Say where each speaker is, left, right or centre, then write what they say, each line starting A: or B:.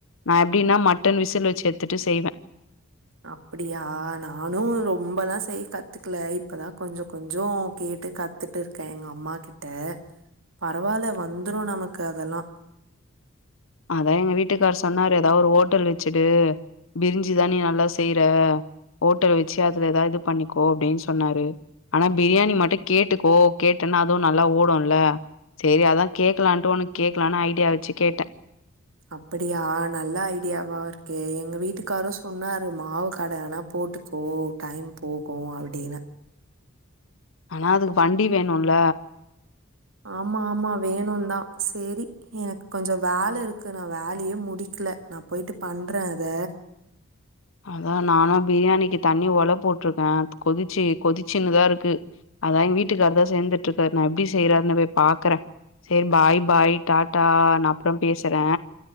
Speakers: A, on the left (about 70°); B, on the right (about 70°).
A: நா எப்படின்னா மட்டன் விசில் வச்சு எத்துட்டு செய்வே
B: அப்படியா நானு ரொம்பல செய்ய கத்துகல இப்பதா கொஞ்சோ கொஞ்சோ கேட்டு கத் கத்துட்டு இருக்கே எங்க அம்மா கிட்ட பரவாயில்ல வந்துரு நமக்கு அதெல்ல
A: அதா எங்க வீட்டுக்கார் சொன்னாரு ஏதாவது ஒரு ஹோட்டல் வச்சுட்டு பிரிஞ்சுதா நீ நல்லா செய்யற ஓட்டல் வச்சு அதுல ஏதாவது இது பண்ணிக்கோ அப்படின் சொன்னாரு ஆனா பிரியாணி மட்டு கேட்டுக்கோ கேட்டன்னா அதுவு நல்லா ஓடும்ல சேரி அதா கேக்கலான்ட்டு உனக்கு கேக்கலான்னு ஐடியா வச்சு கேட்டே
B: அப்படியா நல்ல ஐடியாவா இருக்கே எங்க வீட்டுக்காரு சொன்னாரு மாவு கடை ஆனா போட்டு சோ டைம் போகு அப்படின்னு
A: ஆனா அதுக்கு வண்டி வேணுல
B: ஆமா ஆமா வேணுதா ‌சேரி எனக்கு கொஞ்சோ வேலை இருக்கு நா வேலையே முடிக்கல நா போயிட்டு பண்றே அத
A: அதா நானு பிரியாணிக்கு தண்ணி ஒலை போட்டிருக்கே கொதிச்சு கொதிசுன்னனுதா இருக்கு அதா எங் வீட்டுகாரதா செந்து இருக்கரு நா எப்படி செய்யறருன்னு போய் பாக்குறே சேரி பாய் பாய் டாடா நா பேசுறே